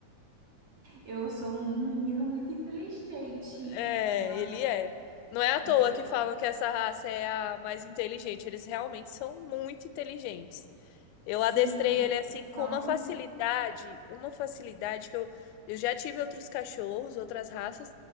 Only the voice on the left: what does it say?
É,
ele é. Não é à toa
que falam que essa raça é a mais inteligente. Eles realmente são muito inteligentes. Eu
adestrei ele assim
com
uma facilidade, uma facilidade que eu, eu já tive outros cachorros, outras raças,